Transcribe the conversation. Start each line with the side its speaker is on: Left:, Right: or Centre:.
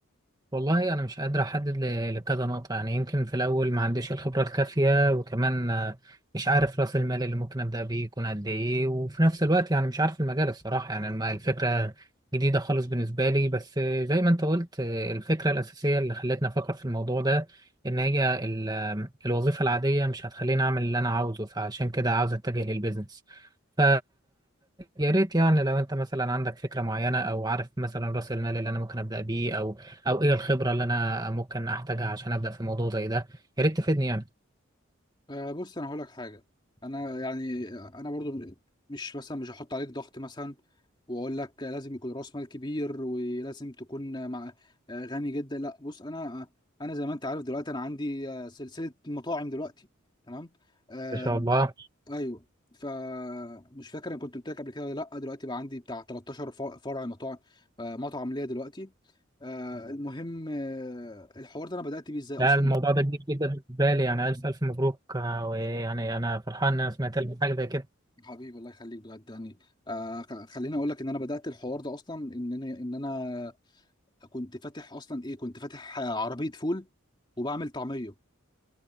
Right: والله أنا مش قادر أحدد ل- لكذا نقطة يعني يمكن في الأول ما عنديش الخبرة الكافية وكمان آه، مش عارف رأس المال اللي ممكن أبدأ بيه يكون قد إيه وفي نفس الوقت يعني مش عارف المجال الصراحة يعني الم- الفكرة جديدة خالص بالنسبة لي بس آه، زي ما أنت قلت آه، الفكرة الأساسية اللي خلتني أفكر في الموضوع ده إن هي ال- آه، الوظيفة العادية مش هتخليني أعمل اللي أنا عاوزه فعشان كده عاوز أتجه للبيزنس ف يا ريت يعني لو انت مثلا عندك فكرة معينة او عارف مثلا راس المال اللي انا ممكن ابدأ بيه او او ايه الخبره اللي انا ممكن احتاجها عشان ابدا في موضوع زي ده يا ريت تفيدني يعني
Left: آه، بص انا هقول لك حاجه انا يعني انا برضو مش مثلا مش هحط عليك ضغط مثلا واقول لك لازم يكون راس مال كبير ولازم تكون مع غني جدا لا بص انا انا زي ما انت عارف دلوقتي انا عندي آه، سلسله مطاعم دلوقتي تمام آه
Right: ان شاء الله
Left: ايوه فمش فاكر انا كنت قلت لك قبل كده ولا لا دلوقتي بقى عندي بتاع 13 ف- فرع مطاعم آه مطعم ليا دلوقتي آه المهم آه الحوار ده انا بدات بيه ازاي اصلا
Right: لا الموضوع ده كبير جدا بالنسبه لي يعني الف الف مبروك آه، ويعني انا فرحان ان انا سمعت لك حاجه زي كده
Left: حبيبي الله يخليك بجد يعني آه خ- خليني اقول لك ان انا بدات الحوار ده اصلا ان انا ان انا كنت فاتح اصلا ايه كنت فاتح عربيه فول وبعمل طعميه